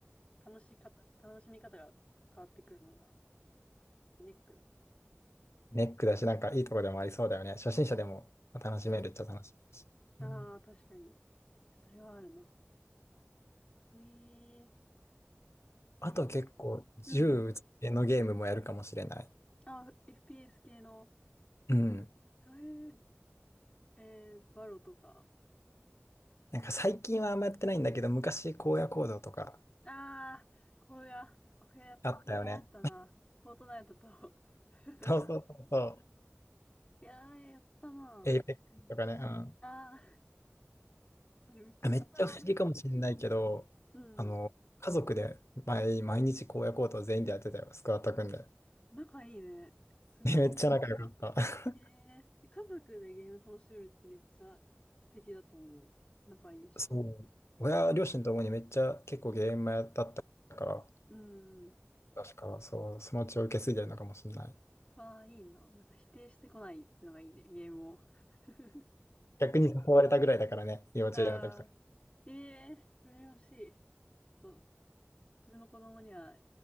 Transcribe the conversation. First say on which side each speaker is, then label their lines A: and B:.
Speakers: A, on the left (about 30°); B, on the left (about 80°).
A: 楽しかた、楽しみ方が変わってくるのがネック。
B: ネックだし、なんかいいとこでもありそうだよね。初心者でも楽しめるっちゃ楽しいし。
A: うん。ああ、
B: うん、
A: 確かに。それはあるな。へえ、け
B: あと結構、銃のゲームもやるかもしれない。
A: うんうん。あ、FPS 系の、
B: うん。
A: えー、えーバロとか。
B: なんか最近はあんまやってないんだけど、昔荒野行動とか
A: ああ、これが、これが流行ったな。
B: あったよね。
A: フォートナイトと。<laughs>
B: そうそうそうそう。
A: いやー、やったな。
B: エイペックスとかね。
A: うん、
B: うん
A: ああ、あれめっちゃ力悪い。
B: めっちゃ不思議かもしれないけど、
A: うん。
B: あの、家族で毎、毎日荒野行動全員でやってたよ、スクワット組んで。
A: 仲いいね。
B: <laughs>
A: すご
B: めっちゃ仲良かった。
A: い。えー、家族でゲーム楽しめるってめっちゃ素敵だと思う。仲いいし。
B: <laughs> そう。親、両親ともにめっちゃ結構ゲームやだったから、
A: うん
B: 確か、そう、その血を受け継いでるのかもしれない。
A: ああ、いいな。なんか否定してこないってのがいいね、ゲームを。<laughs>
B: 逆に誘われたぐらいだからね、幼稚園の時とか。
A: ああ、ええー、羨ましい。ちょっと、自分の子供には